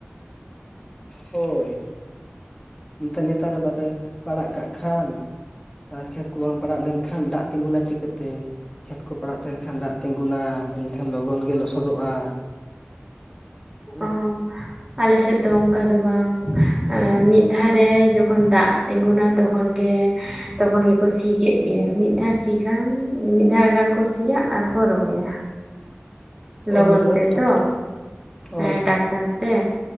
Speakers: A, on the left (about 15°); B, on the right (about 15°).
A: ᱦᱳᱭ᱾ ᱮᱱᱛᱮᱜ ᱱᱮᱛᱟᱨ ᱨᱮ ᱵᱟᱯᱮ ᱯᱟᱲᱟᱜ ᱠᱟᱜ ᱠᱷᱟᱱᱼᱼ ᱟᱨ ᱠᱷᱮᱛ ᱠᱚ ᱵᱟᱝ ᱯᱟᱲᱟᱜ ᱞᱮᱱ ᱠᱷᱟᱱ ᱫᱟᱜ ᱛᱤᱸᱜᱩᱱᱟ ᱪᱤᱠᱟᱹᱛᱮ? ᱠᱷᱮᱛ ᱠᱚ ᱯᱟᱲᱟᱜ ᱛᱟᱦᱮᱱ ᱠᱷᱟᱱ ᱫᱟᱜ ᱛᱤᱸᱜᱩᱱᱟ ᱮᱸᱰᱮᱠᱷᱟᱱ ᱞᱚᱜᱚᱱ ᱜᱮ ᱞᱚᱥᱚᱫᱚᱜ-ᱟ᱾ ᱦᱚᱭ᱾
B: ᱚ ᱟᱞᱮ ᱥᱮᱫ ᱫᱚ ᱚᱱᱠᱟ ᱫᱚ ᱵᱟᱝ ᱮᱸ ᱢᱤᱫ ᱫᱷᱟ ᱨᱮ ᱡᱚᱠᱷᱚᱱ ᱫᱟᱜᱼᱼ ᱛᱤᱸᱜᱩᱱᱟ ᱛᱚᱠᱷᱚᱱ ᱜᱮᱼᱼ ᱛᱚᱠᱷᱚᱱ ᱜᱮᱠᱚ ᱥᱤ ᱠᱮᱫ ᱜᱮ ᱢᱤᱫ ᱫᱷᱟᱣ ᱥᱤ ᱠᱷᱟᱱ ᱢᱤᱫ ᱫᱷᱟᱣ ᱜᱟᱱ ᱠᱚ ᱥᱤᱭᱟ ᱟᱨ ᱠᱚ ᱨᱚᱦᱚᱭᱟ᱾ ᱞᱚᱜᱚᱱ
A: ᱦᱳᱭ ᱱᱮᱛᱟᱨ
B: ᱛᱮᱛᱚ
A: ᱫᱚ ᱴᱟᱠ ᱦᱚᱭ
B: ᱦᱮᱸ
A: ᱦᱚᱭ᱾
B: ᱴᱟᱠᱴᱟᱨ ᱛᱮ